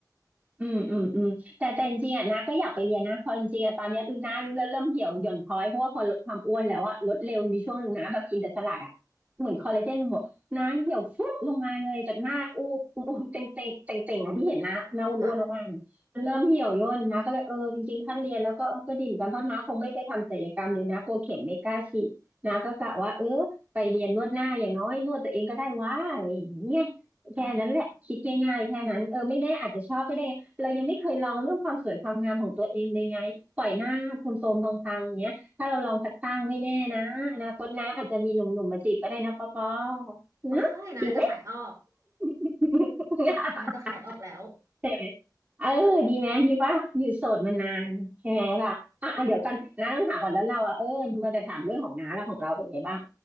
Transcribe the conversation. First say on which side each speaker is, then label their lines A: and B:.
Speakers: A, on the right; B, on the right.
A: อืมอืมอืมแต่แต่จริงๆอ่ะนะก็อยากไปเรียนนะเพอจริงๆอ่ะตอนเนี้ยอือนะเริ่มเริ่มเหี่ยวหย่อนคล้อยเพราะว่าพอลดความอ้วนแล้วอ่ะลดเร็วมีช่วงหนึ่งนะแบบกินแต่สลัดอ่ะเหมือนคอลลาเจนมันหมดนะเหี่ยวฟุบลงมาเลยจากหน้าอูบอูบเจ๋งเจ๋งเจ๋งเจ๋งๆอ่ะที่เห็นนะหน้าอ้วนๆออกมา
B: ค่ะ
A: มันเริ่มเหี่ยวย่นนะก็เลยเออจริงๆถ้าเรียนแล้วก็เออก็ดิ่มอนกันเพราะน้าคงไม่ไปทำศัลยกรรมเลยนะกลัวเข็มไม่กล้าฉีดนะก็กะว่าเออไปเรียนนวดหน้าอย่างน้อยนวดตัวเองก็ได้วะอะไรอย่างเงี้ย
B: อืม
A: แค่นั้นแหละคิดง่ายๆแค่นั้นเออไม่แน่อาจจะชอบก็ได้ เรายังไม่เคยลองเรื่องความสวยความงามของตัวเองเลยไงปล่อยหน้าโทรมๆพังๆอย่างเงี้ยถ้าเราลองสักตั้งไม่แน่นะอนาคตนะอาจจะมีหนุ่มๆมาจีบก็ได้นะปอปอ
B: โอ้ยนาจะขายออก
A: นะจริงไหม <laughs>
B: นาจะขายออกแล้ว
A: ใช่ไหมเออดีไหมดีป่ะอยู่โสดมานานใช่ไหมล่ะอ่ะอ่ะเดี๋ยวกันน้าต้องถามก่อนแล้วเราอ่ะเออมันจะถามเรื่องของน้าแล้วของเราเป็นไงบ้าง